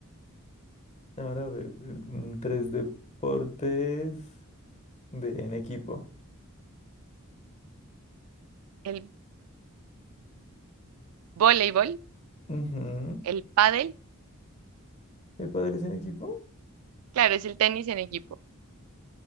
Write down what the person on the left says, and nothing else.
Ahora a ver, mm, tres deportes de en equipo.
Ujú.
¿El pádel es en equipo?